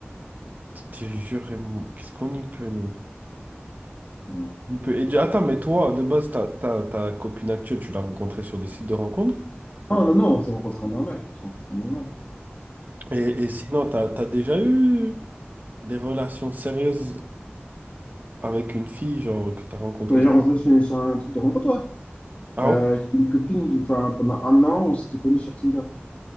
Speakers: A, on the right; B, on the left.
A: Je te jure, et mon- qu'est-ce qu'on y peut, nous?
B: Non,
A: On y peut. Et, du- attends, mais toi, de base, ta, ta, ta copine actuelle, tu l'as rencontrée sur des sites de rencontres?
B: non, non, c'est s'est rencontrés en normal. On s'est en normal.
A: Et, et sinon, t'as, t'as déjà eu des relations sérieuses Avec une fille, genre, que t'as rencontrée.
B: On est déjà rencontrés sur, sur un truc de rencontre, ouais.
A: Ah
B: Euh,
A: ouais?
B: j'ai une copine, de- enfin, pendant un an, on s'était connus sur Tinder.